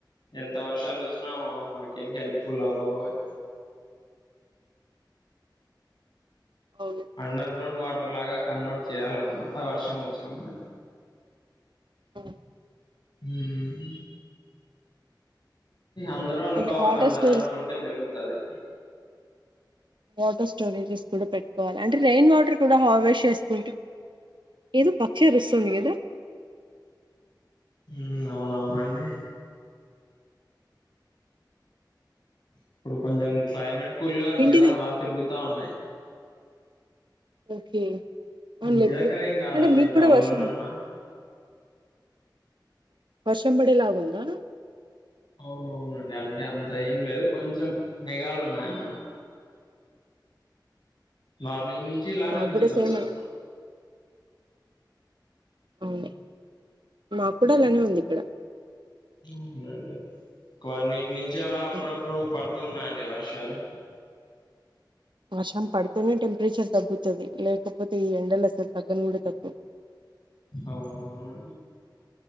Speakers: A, on the left; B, on the right.
A: ఎంత వర్షాలు వచ్చినా మనకేం హెల్ప్ఫుల్ అవ్వవు అవి
B: అవును
A: అండర్ గ్రాండ్ వాట ర్ లాగా కన్వర్ట్ చేయాలన్నమాట వర్షం వచ్చినప్పుడు
B: హ్మ్.
A: మ్మ్ అందరు అనుకోవాలి
B: అదే వాటర్
A: అందరరు
B: స్టోరేజ్
A: అనుకుంటే జరుగుతది
B: వాటర్ స్టోరేజెస్ కూడా పెట్టుకోవాలి అంటే రెయిన్ వాటర్ కూడా హార్వెస్ట్ చేసుకుంటే ఏదో పక్షి అరుస్తుంది కదా
A: మ్మ్ అవునవునండి ఇప్పుడు కొంచెం క్లైమేట్ కూల్ గా ఉంది
B: వింటిది
A: కదా అలా తిరుగుతా ఉన్నాయి
B: ఓకే అవునులే
A: ఇంటి
B: ఎప్పుడు
A: దగ్గర ఏం కాదండి
B: అంటే మీకు కూడా
A: టౌన్
B: వర్షం
A: లోనే ఉన్నా
B: వర్షం పడేలాగుందా
A: అవునవునండి అంటే అంత ఏం లేదు కొంచెం మేఘాలు ఉన్నాయన్నమాట మార్నింగ్ నుంచి ఇలానే
B: మాకు
A: ఉంది
B: కూడా
A: కొంచెం
B: సేమ్ అలా అవును మాకు కూడా అలానే ఉంది ఇక్కడ
A: అవునండి ఒక వన్ వీక్ నుంచి అలా అప్పుడప్పుడు
B: హ్మ్.
A: పడుతున్నాయండి వర్షాలు
B: వర్షం పడితేనే టెంపరేచర్ తగ్గుతుంది లేకపోతే ఈ ఎండలు అసలు తగ్గని కూడా తగ్గవు
A: అవునవును